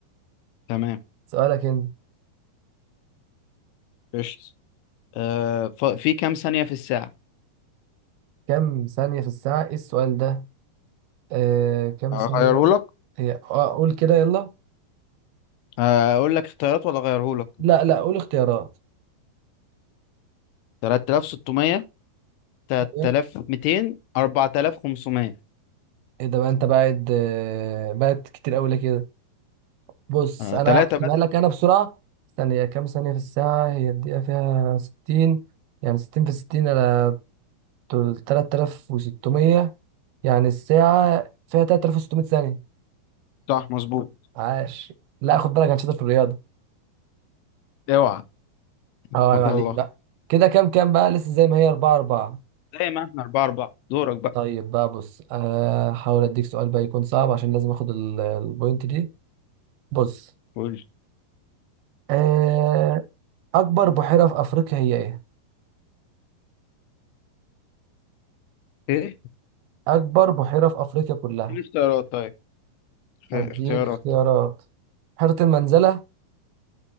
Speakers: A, on the left (about 85°); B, on the right (about 80°).
A: تمام
B: سؤالك أنت
A: قشط آه ف- في كام ثانية في الساعة؟
B: كم ثانية في الساعة؟ إيه السؤال ده؟ آه كم
A: أغيرهولك؟
B: ثانية؟ هي آه قول كده يلا
A: آه، أقول لك اختيارات ولا أغيرهولك؟
B: لا لا قول اختيارات
A: 3600 3200
B: ايوه
A: 4500
B: ايه ده بقى انت بعد آه، بعد كتير قوي ليه كده بص
A: آه،
B: انا
A: تلاتة
B: هحسبها
A: بس
B: لك انا بسرعه ثانيه كام ثانيه في الساعه هي الدقيقه فيها 60 يعني 60 في 60 على بتقول 3600 يعني الساعه فيها 3600 ثانيه
A: صح مظبوط
B: عاش لا خد بالك انا شاطر في الرياضه
A: اوعى
B: اه
A: ما
B: عيب عليك
A: شاء الله
B: بقى كده كام كام بقى لسه زي ما هي 4 4
A: زي ما احنا أربعة أربعة دورك بقى
B: طيب بقى بص آه، هحاول اديك سؤال بقى يكون صعب عشان لازم اخد ال- البوينت دي بص
A: قول
B: أه، أكبر بحيرة في أفريقيا هي إيه؟
A: إيه؟
B: أكبر بحيرة في أفريقيا كلها
A: إيه الاختيارات طيب خ-
B: أديك
A: اختيارات
B: اختيارات بحيرة المنزلة